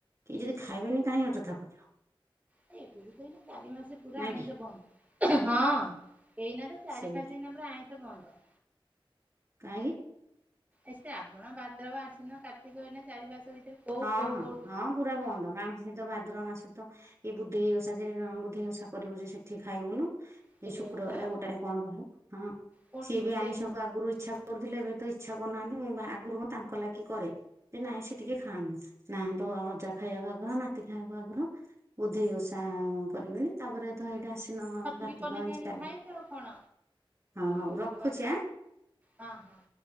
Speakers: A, on the right; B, on the right.
A: କେହି ଯଦି ଖାଇବେନି କାହିଁ ଅଯଥା କରିବ।
B: <unintelligible> ଚାରି ମାସେ ପୁରା
A: ନାଇଁ
B: ଆଇଁଷ
A: କି?
B: ବନ୍ଦ ହଁ ଏଇନା ତ ଚାରି
A: ସେମିତି
B: ମାସେ ଏଇନା ପୁରା ଆଇଁଷ ବନ୍ଦ।
A: କାହିଁକି।
B: ଏ ଆବଣ ଭାଦ୍ରବ ଆସିନ କାର୍ତ୍ତିକ ଏନା ଚାରି ମାସ ଭିତରେ କୋଉ
A: ହଁ
B: କୋଉ
A: ହଁ
B: ଗୋଟ
A: ହଁ ପୁରା ବନ୍ଦ। ଣ ମାସ ତ ଭାଦ୍ରବ ମାସ ତ ଏଇ ବୁଦ୍ଧେଇ ଓଷା ଯେ ବୁଦ୍ଧେଇ ଓଷା କରିବୁ ଯେ ସେଠି ଖାଇବୁନୁ।
B: ସେଇ
A: ଏଇ ଶୁକ୍ରବାର
B: ଓଷା
A: ଗୋଟାଏ କଣ ରହେ ହଁ
B: ପୁଣି
A: ସିଏ
B: ଯଦି
A: ବି
B: ସେଇ
A: ଆଇଁଷକୁ ଆଗରୁ ଇଚ୍ଛା କରୁଥିଲେ ଏବେ ତ ଇଚ୍ଛା କରୁନାହାନ୍ତି ମୁଁ ବା ଆଗରୁ ମୁଁ ହଁ ତାଙ୍କ ଲାଗି କରେ ଯେ ନାଇଁ ସେ ଟିକେ ଖାଆନ୍ତୁ ନାହାନ୍ତ ଅଜା ଖାଇବାକୁ ଆଗର ନାତି ଖାଇବ ଆଗରୁ। ବୁଧେଇ ଓଷା କରିବେନି ତାପରେ ତ ହେଇଟା ଆସ ସେଦିନ
B: ଛତୁ
A: ଘାତିକ
B: କି ପନିର
A: ଅନୁସାରେ
B: ଆଣିକି ଖାଇବେ ଆଉ କଣ।
A: ହଁ ହଉ
B: ବୁଧବାର
A: ରଖୁଛି ଆଁ।
B: ହଁ ହଁ।